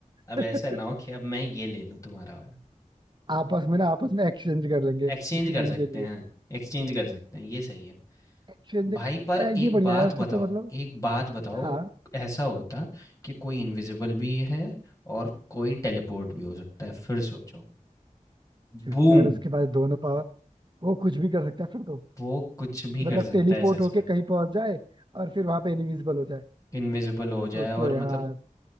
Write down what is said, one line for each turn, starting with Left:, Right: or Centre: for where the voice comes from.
Left: अब
Right: यार
Left: ऐसा ना हो
Right: <laughs>
Left: कि अब मैं ये ले लूँ तुम्हारा वाला।
Right: आपस में ना आपस में एक्सचेंज कर लेंगे
Left: एक्सचेंज
Right: किसी
Left: कर
Right: दिन
Left: सकते
Right: के लिए
Left: हैं, एक्सचेंज कर सकते हैं, ये सही है।
Right: एक्सचेंज
Left: भाई पर एक
Right: ये बढ़िया
Left: बात
Right: है फिर
Left: बताओ
Right: तो मतलब
Left: एक बात बताओ
Right: हाँ
Left: ऐसा होता कि कोई इनविजिबल भी है और कोई टेलीपोर्ट भी हो सकता है फिर सोचो
Right: फिर
Left: बूम
Right: तो यार उसके पास दोनों पावर वो कुछ भी कर सकता है फिर तो
Left: वो कुछ भी
Right: मतलब
Left: कर सकता
Right: टेलीपोर्ट
Left: है सच
Right: होके
Left: में
Right: कहीं पहुंच जाए और फिर वहां पे इनविजिबल हो जाए
Left: इनविजिबल हो
Right: सोचो
Left: जाए और
Right: यार
Left: मतलब